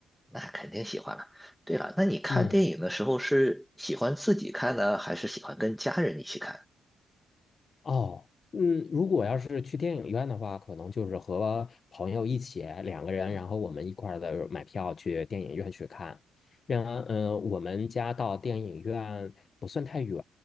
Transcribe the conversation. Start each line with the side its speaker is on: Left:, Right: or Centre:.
Centre: 那肯定喜欢了。对了，那你看电影的时候是喜欢自己看呢，
Left: 嗯。
Centre: 还是喜欢跟家人一起看？
Left: 哦，嗯，如果要是去电影院的话，可能就是和朋友一起两个人，
Centre: 嗯
Left: 然后我们一块儿的买票去电影院去看。然后，呃，我们家到电影院不算太远，